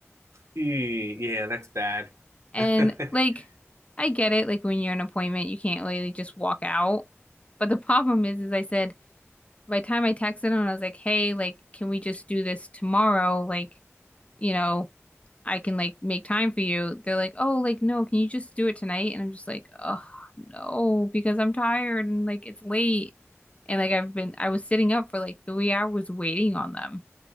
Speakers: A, on the right; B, on the left.
A: Ew, yeah that's bad
B: And
A: <laughs>
B: like I get it, like when you're in an appointment, you can't really just walk out. But the problem is, is I said by the time I texted him, I was like, hey, like, can we just do this tomorrow? Like, you know, I can like make time for you. They're like, oh, like, no, can you just do it tonight? And I'm just like, oh, no, because I'm tired and like it's late. And like I've been, I was sitting up for like three hours waiting on them,